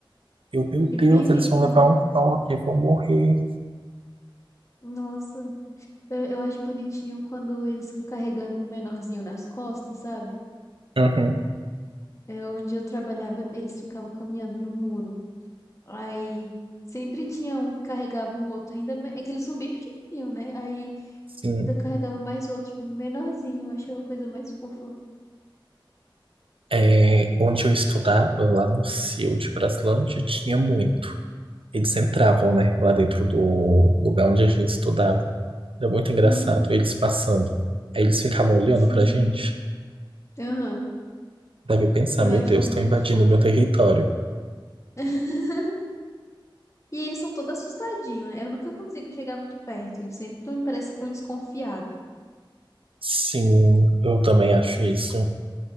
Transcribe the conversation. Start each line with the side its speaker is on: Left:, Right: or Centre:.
Right: Eu, meu Deus,
Left: que perigo.
Right: eles vão levar um choque, eu vou morrer.
Left: Nossa, eu, eu acho bonitinho quando eles ficam carregando um menorzinho nas costas, sabe?
Right: Uhum,
Left: É, onde eu trabalhava, eles ficavam caminhando no muro. Aí sempre tinha um que carregava um outro, ainda me- é que eles são bem pequenininhos, né? Aí
Right: sim.
Left: ainda carregava mais outro, menorzinho. Eu achava a coisa mais fofa.
Right: É, onde eu estudava, lá no CIU de Braslândia, tinha muito. Eles entravam, né, lá dentro do lugar onde a gente estudava. Era muito engraçado,
Left: Uhum.
Right: eles passando. Aí eles ficavam olhando
Left: <laughs>
Right: pra gente.
Left: Aham,
Right: Deve pensar,
Left: Eu
Right: meu
Left: acho
Right: Deus,
Left: muito
Right: estão invadindo
Left: fofo.
Right: o meu território.
Left: <laughs> E eles são todos assustadinhos, né? Eu nunca consigo chegar muito perto. Eles sempre tão, parece que estão desconfiados.
Right: Sim, eu também acho isso.